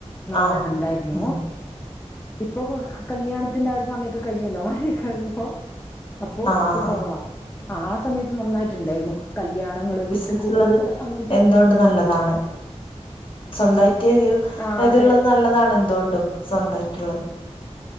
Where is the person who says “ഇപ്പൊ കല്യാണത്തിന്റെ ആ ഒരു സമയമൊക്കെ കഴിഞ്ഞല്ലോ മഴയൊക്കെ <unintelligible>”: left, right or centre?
Left